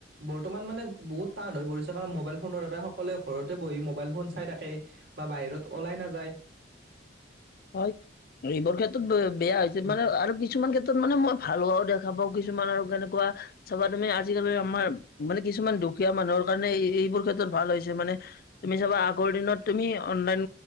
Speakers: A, on the right; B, on the left.
A: বৰ্তমান মানে বহুত টান হৈ পৰিছে। কাৰণ মোবাইল ফোনৰ দ্বাৰাই সকলোৱে ঘৰত বহি মোবাইল ফোন চাই থাকে বা বাহিৰত ওলাই নাযায়।
B: হয়, এইবোৰ ক্ষেত্ৰত বেয়া হৈছে
A: উম,
B: মানে আৰু কিছুমান ক্ষেত্ৰত মানে মই ভাল হোৱাও দেখোঁ পাওঁ। আকৌ কিছুমান আৰু কেনেকুৱা চাবাত মানে আজিকালি আমাৰ মানে কিছুমান দুখীয়া মানুহৰ কাৰণে এইবোৰ ক্ষেত্ৰত ভাল হৈছে মানে তুমি চাবা আগৰ দিনত তুমি অনলাইন